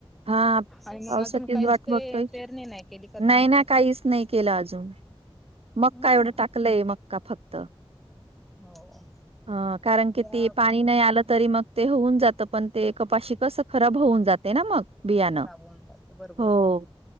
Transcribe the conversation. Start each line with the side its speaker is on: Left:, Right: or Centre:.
Right: हा.
Centre: आणि मग
Right: पावसाचीच
Centre: अजून काहीच
Right: वाट
Centre: ते
Right: बघतोय
Centre: पेरणी नाही केली का तुम्ही
Right: नाही ना काहीच नाही केलं अजून मक्का
Centre: हम्म
Right: एवढं टाकलंय मक्का फक्त
Centre: हो
Right: ह कारण
Centre: त्या
Right: कि ते पाणी
Centre: पण
Right: नाही आलं तरी मग ते होऊन जात पण ते कपाशी कस खराब होऊन जाते ना मग बियाणं
Centre: खराब होऊन जाते बरोबर
Right: हो